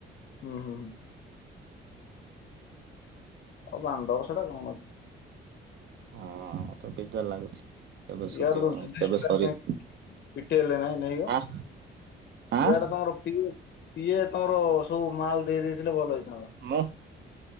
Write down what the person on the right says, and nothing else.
ହଁ ତ ବିଜାର ଲାଗୁଛି। କେବେ ସୁଝିବ
କେବେ ସରିବ
ଆଁ ଆଁ
ମୁଁ